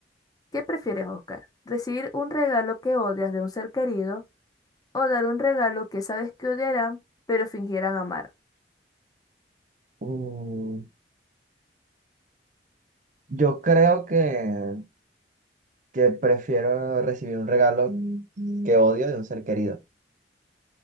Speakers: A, on the left; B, on the right.
A: ¿Qué prefieres, Oscar? ¿Recibir un regalo que odias de un ser querido o dar un regalo que sabes que odiarán, pero fingirán amar?
B: Mm, yo creo que, que prefiero recibir un regalo Mm. que odio de un ser querido.